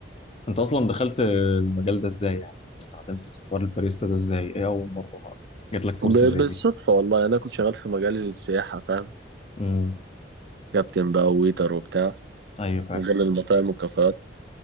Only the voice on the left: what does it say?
انت اصلا دخلت المجال ده ازاي يعني اتعلمت في حوار الباريستا ده ازاي ايه اول مره جات لك فرصه
زي
دي
امم
ايوه فعلا